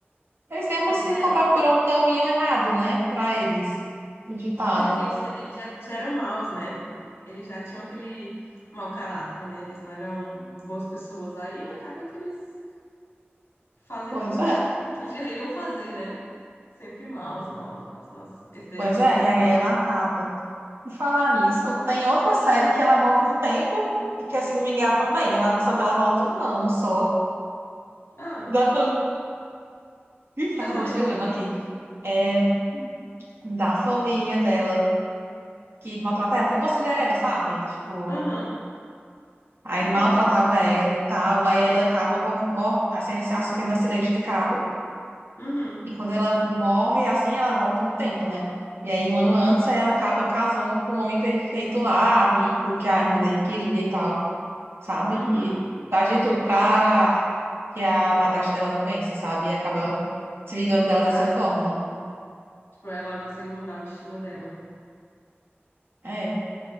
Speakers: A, on the right (about 70°); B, on the left (about 90°).
A: Eles mesmos
B: Pois
A: se
B: é.
A: cobrar por um caminho errado, né? Para eles. O ditado.
B: É, porque eles, eles já, já eram maus, né? Eles já tinham aquele mau caráter, né? Eles não eram boas pessoas. Aí acaba que eles fazem
A: Pois
B: tudo
A: é,
B: <laughs> que eles já iriam fazer, né? Sempre maus, maus, maus, nossa. Esse daí
A: pois
B: eu achei
A: é.
B: legal.
A: E aí ela acaba. Por falar nisso, tem outra série que ela volta no tempo e que, assim, me engano
B: Hum.
A: também. Ela, só que ela volta um ano só.
B: Ah,
A: Da família. Ih, tava
B: com essa
A: bocejando
B: mesma atriz.
A: aqui. É,
B: Uhum.
A: da família dela que maltrata ela, tipo a Cinderela, sabe? Tipo,
B: Aham.
A: aí maltratava
B: Nossa, eu acho que eu vou
A: ela
B: ver.
A: e tal. Aí ela acaba vol- mor- assim, sofrendo um acidente de carro.
B: Uhum.
A: E quando ela morre, assim, ela volta no tempo, né? E aí, um ano antes, aí ela
B: Ah,
A: acaba
B: legal.
A: casando com um homem perfeito lá, rico, que a irmã dele queria e tal, sabe?
B: Uhum.
A: E faz de tudo pra que a madrasta dela não vence, sabe? E acaba se vingando dela dessa
B: Ah, então,
A: forma.
B: tipo, ela consegue mudar o destino dela.
A: É,